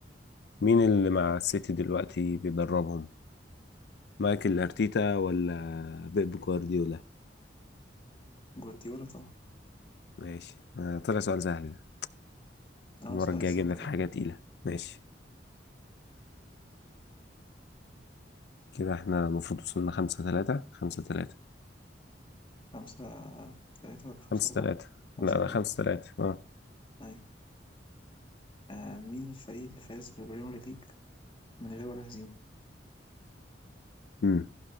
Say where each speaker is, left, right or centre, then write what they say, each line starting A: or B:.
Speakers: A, on the left; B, on the left.
A: مين اللي مع السيتي دلوقتي بيدربهم مايكل أرتيتا ولا بيب جوارديولا
B: جوارديولا طبعا
A: ماشي آه، طلع سؤال سهل ده
B: اه
A: المرة
B: سؤال
A: الجاية
B: سهل
A: أجيب لك حاجة
B: ده
A: تقيلة ماشي كده احنا المفروض وصلنا خمسة تلاتة خمسة تلاتة
B: خمسة تلاتة ولا خمسة
A: خمسة
B: أربعة
A: تلاتة لا
B: خمسة
A: لا
B: تلاتة
A: خمسة تلاتة اه
B: أيوة آه مين الفريق اللي فاز بالبريمير ليج من غير ولا هزيمة
A: مم.